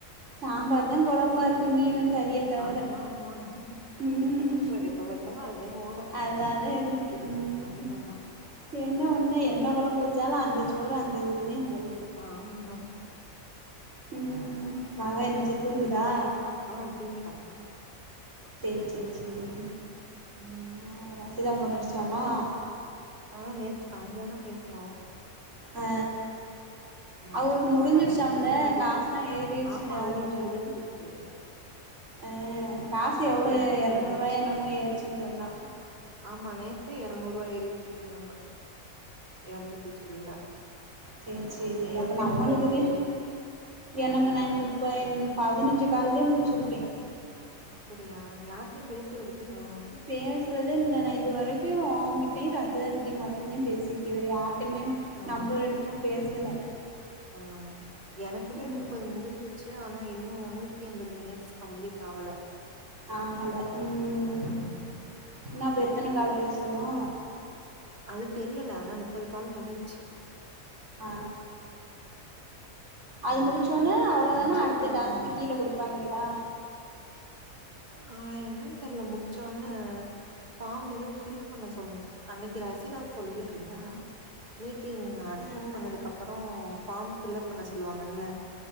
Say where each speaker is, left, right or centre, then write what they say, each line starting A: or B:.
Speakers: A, on the right; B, on the right.
A: சாம்பார் தான் குழம்பா இருக்கு மீனு கறியத் தவற
B: ஆமா ஆமா
A: ம்
B: எப்ப எப்ப பாத்தாலு அதே ஓடு
A: அதாதே இரு ம்
B: அதிகமா
A: என்ன ஒன்னு என்ன குழம்பு வச்சாலும் அந்த சோறு அந்த இது தேன் போவுது
B: ஆமா
A: ம் மக என்னச்சி தூங்குதா
B: ஆ துங்கிட்டாக்கா
A: சே சே சேரி
B: ம்
A: ஆ ரசிதா ஃபோன் அடிச்சாளா
B: ஆ நேத்து சாயங்காலோ பேசுனோம்
A: ஆ
B: ஆ
A: அவளுக்கு முடிஞ்சிருச்சாம்ல
B: சாயங்காலோ சாயங்காலோ அடிப்பா
A: காசுல்லாம் ஏறிருச்சு
B: ஆமா
A: அ
B: அவங்களுக்கு
A: சொன்னா
B: முடிஞ்சிருச்சு
A: ஆ காசு எவ்ளோ
B: நேத்தே
A: ஏறநூறு
B: முடிஞ்சிருச்சு
A: ரூவாயோ என்னமோ ஏறிச்சுன்னு சொன்னா
B: ஆமா நேத்தே இறநூறு ரூவா ஏறிச்சுன்னு சொன்னா இறநூத்தி சில்ற
A: சே சேரி
B: உங்களுக்கு
A: அப்ப நம்மளுக்குதேன்
B: எவ்ளோ இருக்கு
A: எனக்கு நன் இப்போ பதினைஞ்சு கால்தே முடிச்சிருக்கேன்
B: அப்படியா யார்ட்டயையும் பேசுறது இல்லையோ
A: பேசுறதே இல்ல நான் இது வரைக்கு உன்கிட்டையு ரசிதாக்கிட்டுயு மட்டும்தேன் பேசிருக்கே வேற யார் கிட்டயுமே
B: ஆ
A: நம்பர் எடுத்து நா பேசல
B: ஆ எனக்குமே
A: ம்
B: நுப்பது முடிஞ்சிருச்சு ஆனா இன்னு நூத்தி எம்பது மினிட்ஸ் கம்ப்ளீட் ஆவல
A: ஆகல ம்
B: ம்
A: இன்னு அப்போ எத்தன கால்
B: இல்ல
A: பேசணு
B: அது தெரியல ஆனா நுப்பது கால் முடிஞ்ச்சு
A: ஆ அது
B: ம்
A: முடிச்சோன்ன அவ்வளோதானா
B: முடிஞ்சு
A: அடுத்த
B: ஆனா
A: டாஸ்க்கு
B: இன்னு
A: கீழ குடுப் பாய்ங்களா
B: ஆ என்னன்னு தெர்ல முடிச்சோன்ன ஃபார்ம் எதுவு ஃபில் பண்ண சொல்னு அன்னைக்கு ரசிதா சொல்லிக்கிட்டு இருந்தா மீட்டிங் அட்டன்
A: ஆ ஆ
B: பண்ணதுக் அப்றோ ஃபார்ம் பஃல்லப் பண்ண சொல்லுவாங்கல்ல